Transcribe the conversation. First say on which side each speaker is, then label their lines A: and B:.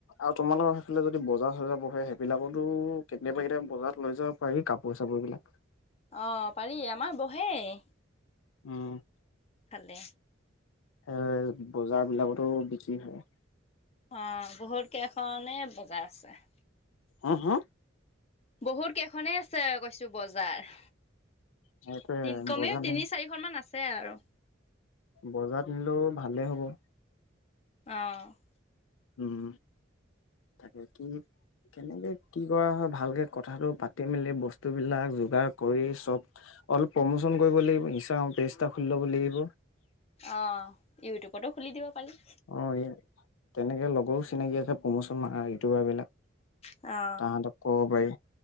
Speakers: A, on the left; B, on the left.
A: আৰু তোমালোকৰ সেইফালে যদি বজাৰ-চজাৰ বহে সেইবিলাকতো কেতিয়াবা কেতিয়াবা বজাৰত লৈ যাব পাৰি কাপোৰ-চাপোৰ বিলাক।
B: অ' পাৰি আমাৰ বহেই
A: অহ
B: এইফালে।
A: এ বজাৰ বিলাকতো বিক্ৰী নহয়।
B: অ', বহুত কেইখনে বজাৰ আছে।
A: হুম হুম?
B: বহুত কেইখনেই আছে কৈছো বজাৰ,
A: সেইটোৱে
B: তি কমেও
A: বজাৰ নি
B: তিনি চাৰি খন মান আছে আৰু।
A: বজাৰত নিলোঁ ভালে হ'ব।
B: অ
A: উম, তাকে কি কেনেকে কি কৰা হয়, ভালকে কথাটো পাতি মেলি বস্তুবিলাক যোগাৰ কৰি চব অলপ প্ৰমোচন কৰিব লাগিব ইনষ্টাগ্ৰামত পেজ এটা খুলি ল'ব লাগিব।
B: অ' ইউটিউবতো খুলি দিব পাৰি।
A: অ ইয়া তেনেকে লগৰো চিনাকি আছে প্ৰমোচন মাৰা ইউটিউবাৰ বিলাক।
B: অ।
A: তাহাঁতক কব পাৰি